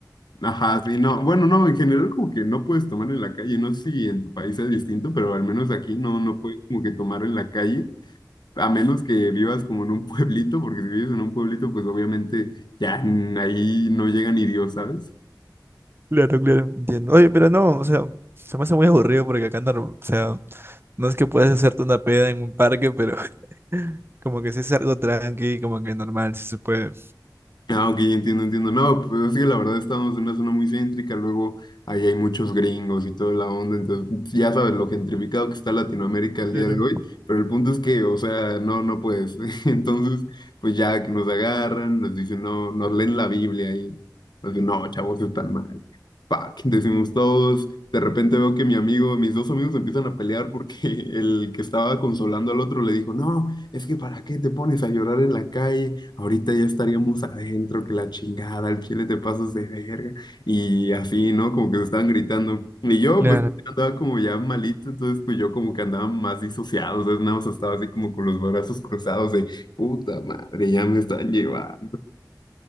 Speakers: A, on the left; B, on the right.
A: Ajá, sí, no, bueno, no, en general como que no puedes tomar en la calle, no sé si en tu país es distinto, pero al menos aquí no, no puedes como que tomar en la calle, a menos que vivas como en un pueblito, porque si vives en un pueblito, pues obviamente ya mm, ahí no llega ni Dios, ¿sabes?
B: Claro, claro. Entiendo. Oye, pero no, o sea, se me hace muy aburrido porque acá no, o sea, no es que puedes hacerte una peda en un parque, pero <laughs> como que si es algo tranqui, como que normal, si se puede.
A: Ah, ok, entiendo, entiendo. No, pues es que la verdad estamos en una zona muy céntrica, luego ahí hay muchos gringos y toda la onda, entonces ya sabes lo gentrificado que está Latinoamérica el
B: Claro.
A: día de hoy, pero el punto es que, o sea, no, no puedes. <laughs> Entonces, pues ya que nos agarran, nos dicen, no, nos leen la Biblia y nos dicen, no, chavos, están mal. Pac, decimos todos, de repente veo que mi amigo, mis dos amigos empiezan a pelear porque <laughs> el que estaba consolando al otro le dijo, no es que ¿para qué te pones a llorar en la calle? Ahorita ya estaríamos adentro, que la chingada, al chile te pasas de verga. Y así, ¿no? Como que se estaban gritando. Y yo,
B: Claro,
A: pues, andaba como ya malito, entonces, pues, yo como que andaba más disociado, entonces nada más estaba así como con los brazos cruzados de, puta madre, ya me están llevando